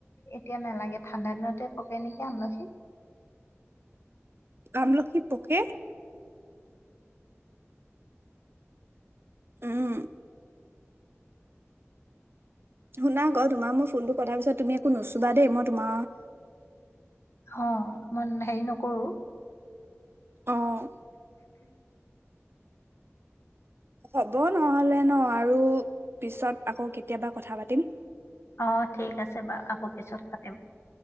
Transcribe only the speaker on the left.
এতিয়া নালাগে ঠাণ্ডা দিনতে পকে নেকি আমলখি।
অ', মই হেৰি নকৰোঁ।
অ', ঠিক আছে বাৰু আকৌ পিছত পাতিম।